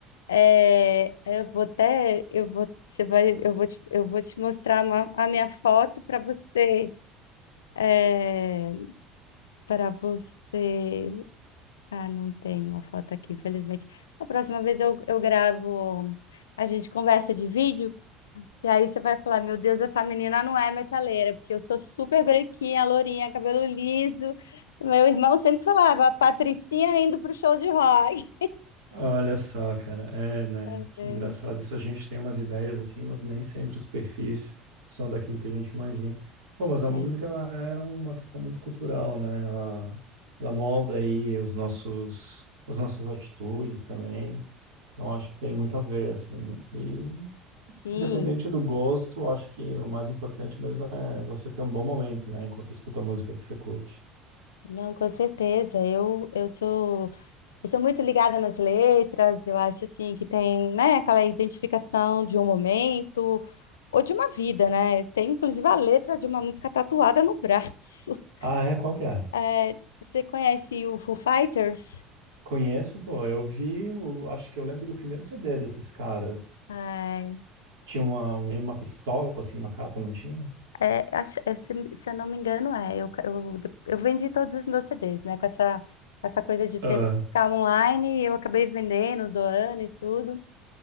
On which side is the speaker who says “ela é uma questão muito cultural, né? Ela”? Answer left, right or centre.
Right